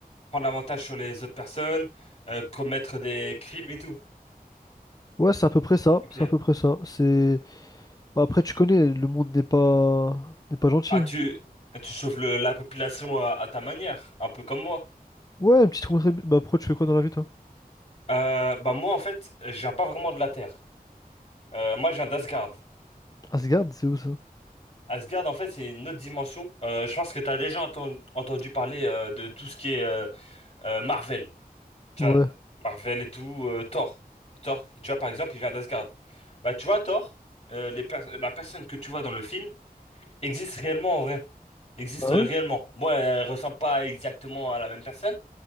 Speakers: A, on the left; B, on the left.
A: prendre l'avantage sur les autres personnes, euh, commettre des crimes et tout.
B: Ouais, c'est à peu près ça,
A: Ok.
B: c'est à peu près ça. C'est bah, après tu connais, le monde n'est pas n'est pas gentil.
A: Ah, tu, tu sauves le- la population à, à ta manière, un peu comme moi.
B: Ouais, une petite contrée. Bah après tu fais quoi dans la vie toi?
A: Euh, bah moi en fait, je viens pas vraiment de la Terre. Euh, moi, je viens d'Asgard.
B: Asgard, c'est où ça?
A: Asgard, en fait, c'est une autre dimension. Euh, je pense que t'as déjà enten- entendu parler euh, de tout ce qui est euh, euh, Marvel. Tu
B: Ouais.
A: vois, Marvel et tout, euh, Thor. Thor, tu vois, par exemple, il vient d'Asgard. Bah, tu vois, Thor, euh, les pers- la personne que tu vois dans le film existe réellement en vrai. Existe
B: Ah
A: euh,
B: ouais?
A: réellement. Bon, elle ressemble pas exactement à la même personne,